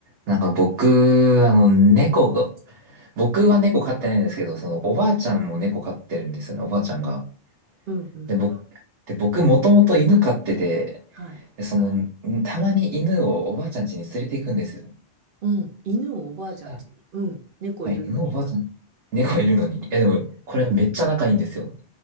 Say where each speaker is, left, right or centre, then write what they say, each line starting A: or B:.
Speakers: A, on the right (about 70°); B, on the right (about 60°).
A: なんか僕、あの、猫が、僕は猫飼ってないんですけど、そのおばあちゃんも猫飼ってるんですよね、おばあちゃんが。
B: うんうん。
A: で、僕、で、僕もともと犬飼ってて、
B: はい。
A: でその、んたまに犬をおばあちゃん家に連れて行くんですよ。
B: うん。犬をおばあちゃん家に。
A: あ
B: うん。猫いるのに。
A: はい犬おばあちゃん、猫いるのに。いや、でも、これがめっちゃ仲いいんですよ。